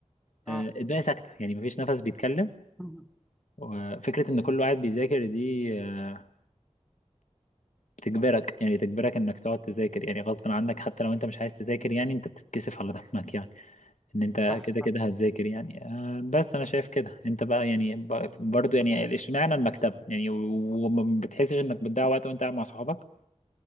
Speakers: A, in the centre; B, on the left (about 80°).
A: اه
B: آه، الدنيا ساكته يعني مفيش نفس بيتكلم
A: <laughs>
B: وفكره ان كله قاعد بيذاكر دي آه، بتجبرك يعني تجبرك انك تقعد تذاكر يعني غصب عنك حتى لو انت مش عايز تذاكر يعني انت بتتكسف على دمك يعني ان انت
A: صح
B: كده
A: صح
B: كده هتذاكر يعني آه، بس انا شايف كده انت بقى يعني ب- برضو يعني اشمعنى المكتبة يعني و- وما بتحسش انك بتضيع وقت وانت قاعد مع صحابك